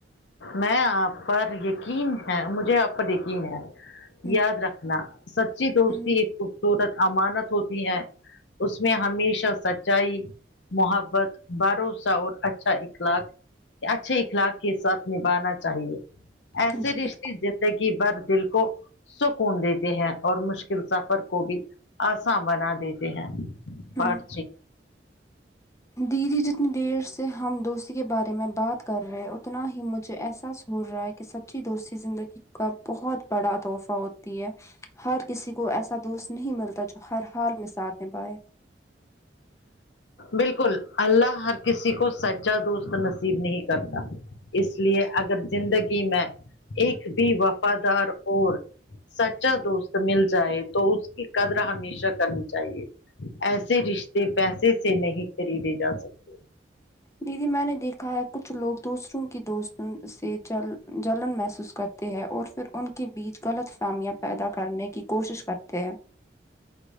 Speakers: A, on the left; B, on the left.
A: میں آپ پر یقین ہے مجھے آپ پر یقین ہے
B: ہ
A: یاد رکھنا سچی دوستی
B: ہوں
A: ایک خوبصورت امانت ہوتی ہے اس میں ہمیشہ سچ چئی محبت بھروسہ اور اچھا اخلاق اچھے اخلاق کے ساتھ نبھانا چاہیے ایسے
B: جی بالکل
A: رشتے جس زندگی بھر دل کو سکون دیتے ہیں اور مشکل سفر کو بھی آسان بنا دیتے ہیں
B: ہوں
A: بوھت ساہی
B: دیدی جتنی دیر سے ہم دوستی کے بارے میں بات کر کر رہے ہیں اتنا ہی مجھے احساس ہو رہا ہے کہ سچی دوستی زندگی کا بہت بڑا تحفہ ہوتی ہے ہر کسی کو ایسا دوست نہیں ملتا جو ہر حال میں ساتھ نبھاائے
A: بالکل الله ہر کسی کو سچا دوست نصیب نہیں کرتا اس لیے اگر زندگی میں ایک بھی وفادار اور سچا دوست مل جائے تو اس کی قدر ہمیشہ کرنی چاہیے ایسے رشتے پیسے سے نہیں خریدے جا سکتے
B: دیدی میں نے دیکھا ہے کچھ لوگ دوسروں کی دوستوں سے جل جلن محسوس کرتے اور پھر ان کے بیچ غلط فہمیاں پیدا کرنے کی کوشش کرتے ہیں